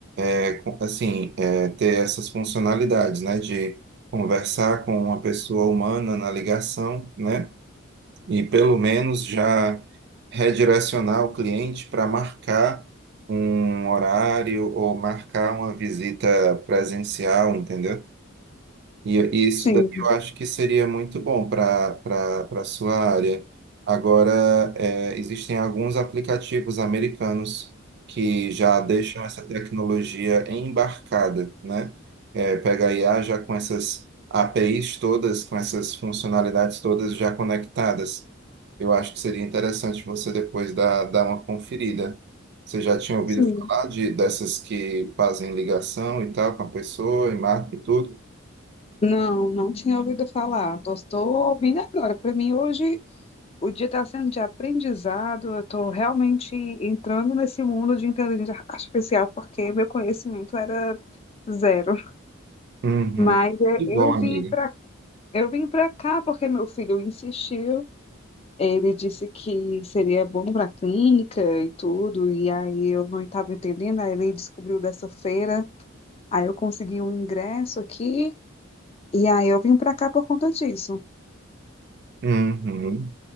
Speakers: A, on the right (about 55°); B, on the left (about 30°).
A: é, com- assim, é, ter essas funcionalidades, né, de conversar com uma pessoa humana na ligação, né, e pelo menos já redirecionar o cliente para marcar um horário ou marcar uma visita presencial, entendeu? E, e isso
B: sim,
A: daí eu acho que seria muito bom para para sua área. Agora, é, existem alguns aplicativos americanos que já deixam essa tecnologia embarcada, né? É, pega a IA já com essas APIs todas, com essas funcionalidades todas já conectadas. Eu acho que seria interessante você depois dar, dar uma conferida. Você já tinha ouvido
B: sim.
A: falar de, dessas que fazem ligação e tal com a pessoa e marca e tudo?
B: Não, não tinha ouvido falar. Estou ouvindo agora. Para mim, hoje O dia está sendo de aprendizado, eu estou realmente entrando nesse mundo de inteligência artificial, porque meu conhecimento era zero.
A: Uhum.
B: Mas é,
A: Que bom,
B: eu
A: amiga.
B: vim para eu vim para cá porque meu filho insistiu. Ele disse que seria bom para a clínica e tudo, e aí eu não estava entendendo, aí ele descobriu dessa feira, aí eu consegui um ingresso aqui, e aí eu vim para cá por conta disso.
A: Uhum.